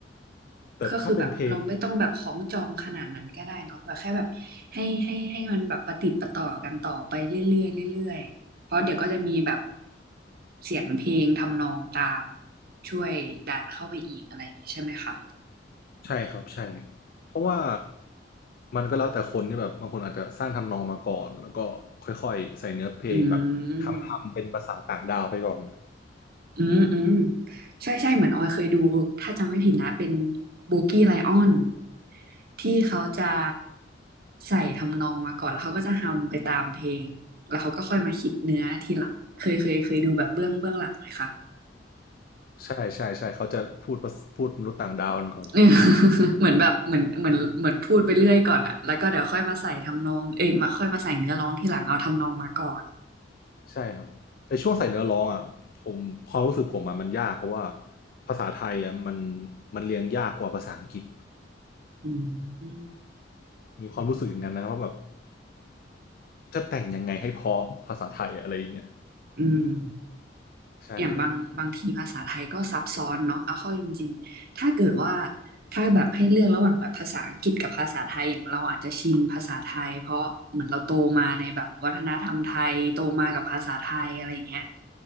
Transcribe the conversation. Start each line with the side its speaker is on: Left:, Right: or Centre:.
Left: แต่ถ้าเป็นเพลง
Right: ก็คือแบบเราไม่ต้องแบบของจองขนาดนั้นก็ได้เนาะแบบแค่แบบให้ให้ให้มันแบบประติดประต่อกันต่อไปเรื่อยๆเรื่อยๆ เพราะเดี๋ยวก็จะมีแบบเสียงเพลงทำนองตามช่วยดันเข้าไปอีกอะไรอย่างงี้ใช่ไหมคะ
Left: ใช่ครับใช่เพราะว่ามันก็แล้วแต่คนที่แบบบางคนอาจจะสร้างทำนองมาก่อนแล้วก็ค่อยๆใส่เนื้อเพลงแบบทำทำเป็นภาษาต่างดาวไปก่อน
Right: อืม อืมอืมใช่ใช่เหมือนออยเคยดูถ้าจำไม่ผิดนะเป็นโบกี้ไลออนที่เขาจะใส่ทำนองมาก่อนแล้วเขาก็จะฮัมไปตามเพลงแล้วเขาก็ค่อยมาคิดเนื้อทีหลังเคยเคยเคยดูแบบเบื้องเบื้องหลังไหมคะ
Left: ใช่ใช่ใช่เขาจะพูดภาษพูดมนุษย์ต่างดาวกันก่อน
Right: เออ <laughs> เหมือนแบบเหมือนเหมือนเหมือนพูดไปเรื่อยก่อนอะแล้วก็เดี๋ยวค่อยมาใส่ทำนองเอ้ยมาค่อยมาใส่เนื้อร้องทีหลังเอาทำนองมาก่อน
Left: ใช่ครับแต่ช่วงใส่เนื้อร้องอ่ะผมความรู้สึกผมอ่ะมันยากเพราะว่าภาษาไทยอ่ะมันมันเรียงยากกว่าภาษาอังกฤษ
Right: อืม
Left: มีความรู้สึกอย่างนั้นนะว่าแบบ จะแต่งยังไงให้เพราะภาษาไทยอะไรอย่างเงี้ย
Right: อืม
Left: ใช่ครับ
Right: อย่างบางบางทีภาษาไทยก็ซับซ้อนเนาะเอาเข้าจริงๆถ้าเกิดว่าถ้าแบบให้เลือกระหว่างแบบภาษาอังกฤษกับภาษาไทยอย่างเราอาจจะชินภาษาไทยเพราะเหมือนเราโตมาในแบบวัฒนธรรมไทยโตมากับภาษาไทยอะไรอย่างเงี้ย